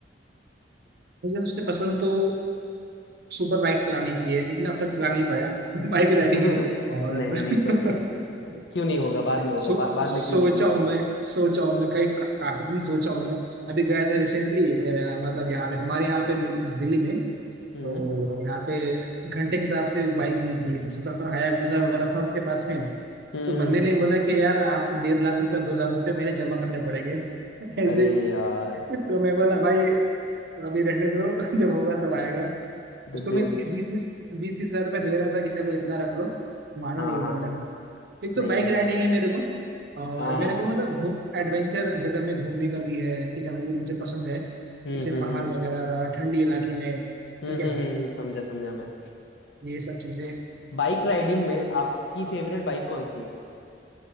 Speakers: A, on the right; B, on the left.
A: मुझे सबसे पसंद तो सुपर बाइक चलाने की है लेकिन अब तक चला नहीं पाया <laughs> बाइक
B: <laughs>
A: राइडिंग है और
B: नहीं नहीं कोई
A: <laughs>
B: नहीं कोई नहीं क्यों नहीं होगा बाद में होगा
A: सो
B: बा, बाद
A: सोचा
B: में क्यों नहीं होगी
A: हूँ
B: होगी
A: मैं सोचा हूँ मैं कई का, काफी दिन सोचा हूँ मैं अभी गया था रिसेंटली मतलब यहाँ पे हमारे यहाँ पे नि- दिल्ली में
B: हम्म
A: तो यहाँ पे घंटे के हिसाब से बाइक मिलती है तो सोचा था हाया वीजा वगैरह था उसके पास में तो
B: हम्म
A: बंदे ने बोला कि यार आपको डेढ़ लाख रुपया दो लाख रुपया पहले जमा करने पड़ेंगे <laughs>
B: अरे
A: ऐसे
B: यार
A: तो मैं बोला भाई तो अभी रहने दो <laughs> जब होगा तब आएगा
B: दे,
A: उसको
B: दे,
A: मैं ती, बीस तीस बीस तीस हजार रुपया दे रहा था कि चलो इतना रख लो माना
B: हाँ
A: नहीं वो
B: हाँ
A: बंदा
B: हाँ
A: एक तो
B: नहीं
A: बाइक
B: नहीं
A: राइडिंग है मेरे को और
B: हाँ
A: मेरे
B: हाँ हाँ,
A: को मतलब घूम एडवेंचर जगह में घूमने का भी है ठीक है ना ये मुझे पसंद है
B: हम्म
A: जैसे
B: हम्म
A: पहाड़
B: हम्म
A: वगैरह रहा ठंडी इलाके में
B: हम्म
A: ठीक है
B: हम्म हम्म, समझा समझा मैं
A: ये सब चीजें
B: बाइक राइडिंग में आपकी फेवरेट बाइक कौन सी है